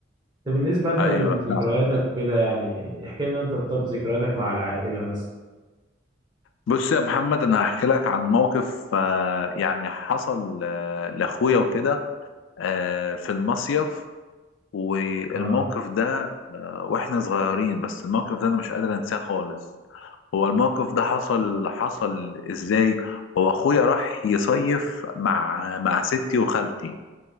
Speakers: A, on the right; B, on the left.
A: طب بالنسبه انت
B: ايوه
A: لذكرياتك
B: نعم.
A: كده يعني احكي لنا انت طب ذكرياتك مع العائله مثلا
B: بص يا محمد انا هحكي لك عن موقف آه، يعني حصل آه، لاخويا وكده آه، في المصيف والموقف
A: اه
B: ده آه، واحنا صغيرين بس الموقف ده انا مش قادر انساه خالص هو الموقف ده حصل حصل ازاي هو اخويا راح يصيف مع مع ستي وخالتي